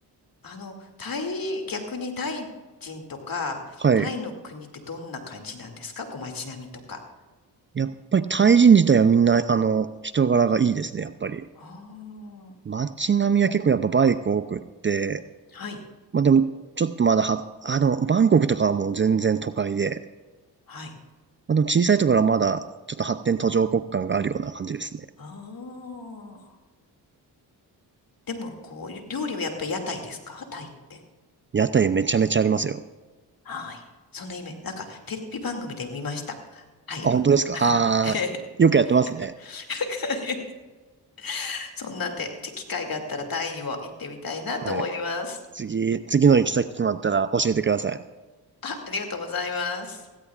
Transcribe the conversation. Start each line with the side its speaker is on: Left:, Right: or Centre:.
Left: あの、タイ、逆にタイ人とか、
Right: はい。
Left: タイの国ってどんな感じなんですかこう街並みとか。
Right: やっぱりタイ人自体はみんな、あの、人柄がいいですね、やっぱり。
Left: ああ、
Right: 街並みは結構やっぱバイク多くって、
Left: はい。
Right: まあでも、ちょっとまだは、あ、でも、バンコクとかはもう全然都会で、
Left: はい。
Right: まあでも小さいところはまだ、ちょっと発展途上国感があるような感じですね。
Left: ああ、でも、こう、料理はやっぱり屋台ですかタイって。
Right: 屋台めちゃめちゃありますよ。
Left: はい。そんなイメージ。なんか、テレビ番組で見ました。タイの。
Right: あ、本当ですかああー、
Left: ええ
Right: よくやってますね。
Left: <laughs> そんなんで、ち機会があったらタイにも行ってみたいなと思います。
Right: はい。次、次の行き先決まったら教えてください。
Left: あ、ありがとうございます。